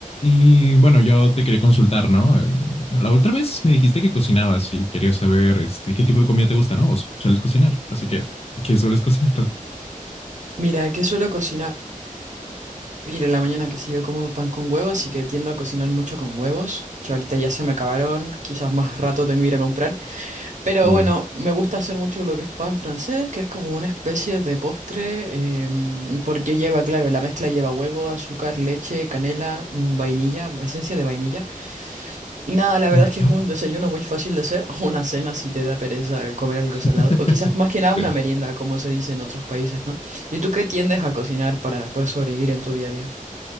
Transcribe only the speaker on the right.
Mira, que suelo cocinar en la mañana que sí yo como pan con huevo, así que tiendo a cocinar mucho con huevos. que ahorita ya se me acabaron, quizás más rato tengo que ir a comprar. Pero
bueno, me gusta hacer mucho lo que es pan francés, que es como una especie de postre, em, porque lleva, claro, la mezcla lleva huevo, azúcar, leche, canela, mm, vainilla, esencia de vainilla. Y nada, la
verdad es que es un desayuno muy fácil de hacer, <laughs> o una cena si te da pereza comer algo
salado, o quizás más que nada una
merienda, como se dice en otros países, ¿no? ¿Y tú qué tiendes a cocinar para, para sobrevivir en tu día a día?